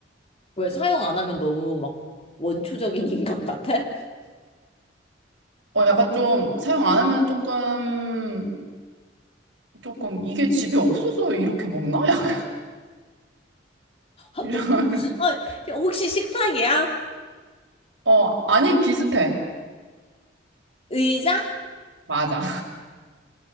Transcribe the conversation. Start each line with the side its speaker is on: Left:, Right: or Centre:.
Left: 왜 사용 안 하면 너무 막 원초적인 인간 같아? <laughs>
Right: 어, 약간 좀 사용 안 하면 조금, 조금 이게 집에 없어서 이렇게 먹나? <laughs> 약간.
Left: 아,
Right: 이런.
Left: 너무, 아, 혹시 식탁이야?
Right: 어, 아니, 비슷해.
Left: 의자?
Right: 맞아.